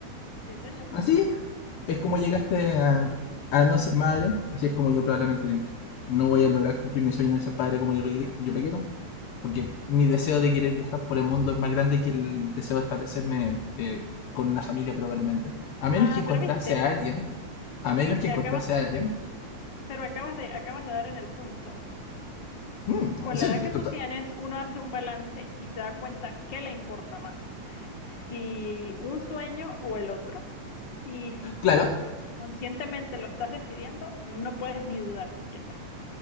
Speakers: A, on the left (about 50°); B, on the left (about 70°).
A: Sí, señor.
B: Así es como llegaste a, a no ser madre. Así es como yo probablemente no voy a lograr cumplir mi sueño de ser padre como yo lo, quer- yo lo quiero. Porque mi deseo de querer viajar por el mundo es más grande que el deseo de establecerme eh, con una familia probablemente. A menos
A: Ah,
B: que encontrase
A: pero viste,
B: a alguien a menos
A: viste,
B: que encontrase
A: acabas
B: a alguien.
A: Pero acabas de, acabas de dar en el punto.
B: Mm,
A: Con
B: sí,
A: la edad
B: t-
A: que tú tienes, uno hace un balance y se da cuenta qué le importa más, si un sueño o el otro. Y si tú
B: claro.
A: conscientemente lo estás decidiendo, no puedes ni dudar siquiera.